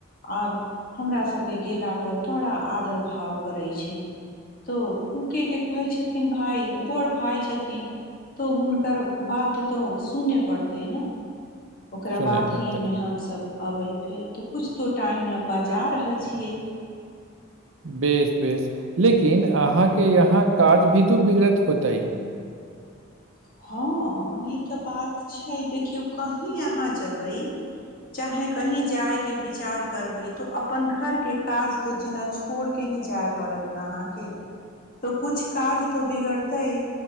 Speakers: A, on the left; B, on the right.
A: आर हमरा सभके गेला पर बड़ा आदर भाव करैत छै तो फुके के कहै छथिन्ह भाय बड़ भाय छथिन तो हुनकर बात तो सुनय पड़तै नै ओकरा
B: सुनय
A: बाद
B: पड़तै
A: हीमे हमसब अबै फेर तऽ किछु तो टाइम लम्बा जा रहल छियै
B: बेस बेस लेकिन अहाँके यहाँ काज भी तो बिगड़त होतइ
A: हँ ई तऽ बात छै देखियौ कहीं अहाँ जेबै चाहे कही जाय के विचार करबै तो अपन घर के काज तो जेना छोड़ के ही जाय पड़त न अहाँके तो कुछ काज तो बिगड़ते ह